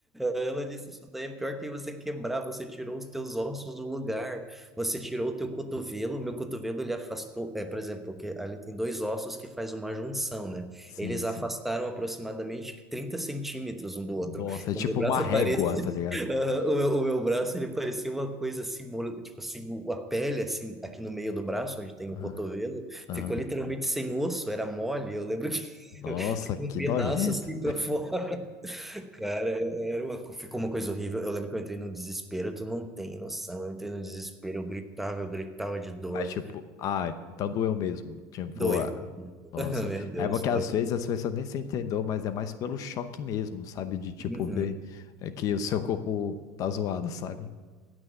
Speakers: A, in the centre; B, on the left (about 50°).
A: ela disse, isso daí é pior que você quebrar, você tirou os teus ossos do lugar, você tirou o teu cotovelo, meu cotovelo ele afastou, é, por exemplo, que ali tem dois ossos que faz uma junção, né?
B: Sim,
A: Eles
B: sim.
A: afastaram aproximadamente 30 centímetros um do
B: Nossa,
A: outro.
B: é
A: O
B: tipo
A: meu braço
B: uma régua,
A: parecia,
B: tá
A: <laughs>
B: ligado?
A: ah, o meu, o meu braço ele parecia uma coisa assim, mole- tipo assim, o- a pele assim, aqui no meio do braço, onde tem o
B: Aham,
A: cotovelo,
B: aham.
A: ficou literalmente sem osso, era mole, eu lembro que <laughs>
B: Nossa,
A: Ficou
B: que
A: um pedaço
B: nojento.
A: assim para fora. Cara, era uma, ficou uma coisa horrível. Eu lembro que eu entrei num desespero, tu não tem noção. Eu entrei num desespero, eu gritava, eu gritava de dor.
B: Mas, tipo, ah, então doeu mesmo. Tipo,
A: Doeu.
B: ah, nossa.
A: <laughs> Meu Deus,
B: É porque
A: foi.
B: às vezes as pessoas nem se entendeu, mas é mais pelo choque mesmo, sabe? De, tipo,
A: Uhum.
B: ver é, que o seu corpo tá zoado, sabe?